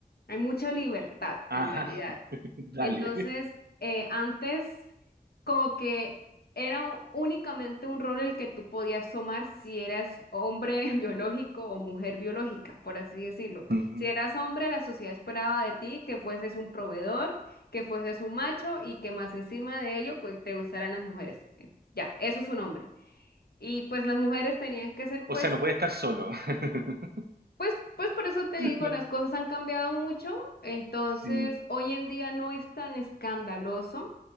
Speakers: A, on the left; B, on the right.
A: hay mucha libertad
B: Ajá.
A: en realidad.
B: <laughs>
A: Entonces,
B: Dale.
A: eh, antes como que era u- únicamente un rol el que tú podías tomar si eras hombre <laughs> biológico o mujer biológica, por así decirlo.
B: Ujú.
A: Si eras hombre, la sociedad esperaba de ti que fueses un proveedor, que fueses un macho y que más encima de ello que te gustaran las mujeres. Eh, Ya, eso es un hombre. Y pues las mujeres tenían que ser pues,
B: O sea, no puede estar solo. <laughs>
A: pues, pues por eso te digo,
B: No,
A: las cosas han cambiado mucho. Entonces,
B: sí.
A: hoy en día no es tan escandaloso